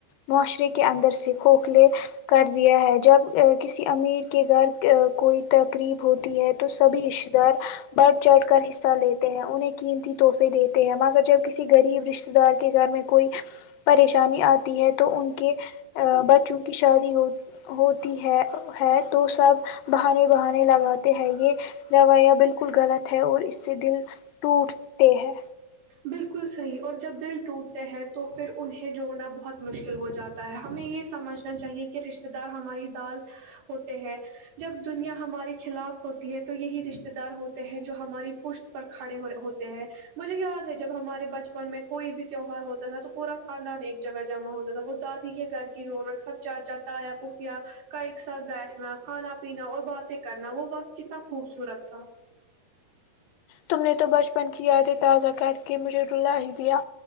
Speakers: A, on the left (about 80°); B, on the right (about 85°).
A: معاشرے کے اندر سے کھوکھلے کر دیا ہے جب کسی امیر کے گھر کوئی تقریب ہوتی ہے تو سبھی رشتے دار بڑھ چڑھ کر حصہ لیتے ہیں انہیں قیمتی تحفے دیتے ہیں مگر جب کسی غریب رشتے دار کے گھر میں کوئی پریشانی آتی ہے تو ان کے بچوں کی شادی ہو ہوتی ہے ہے تو سب بہانے بہانے لگاتے ہیں یہ رویہ بالکل بالکل غلط ہے اور اس سے دل ٹوٹتے ہے
B: بالکل صحیح اور جب دل ٹوٹتے ہیں تو پھر انہیں جوڑنا بہت مشکل ہو جاتا ہے ہمیں یہ سمجھنا چاہیے کہ رشتے دار ہماری ڈال ہوتے ہیں جب دنیا ہمارے خلاف ہوتی ہے تو یہی رشتے دار ہوتے ہیں جو ہماری پشت پر کھڑے ہو ہوتے ہیں مجھے یاد ہے جب ہمارے بچپن میں کوئی بھی تیوہار ہوتا تھا تو پورا خاندان ایک جگہ جمع ہوتا تھا وہ دادی کے گھر کی رونق سب چاچا تایا پھوپیاں کا ایک ساتھ بیٹھنا کھانا پینا اور باتیں کرنا وہ وقت کتنا خوبصورت تھا ہ <inaudible>
A: تم نے تو بچپن کی یادیں تازہ کر کے مجھے رولا ہی دیا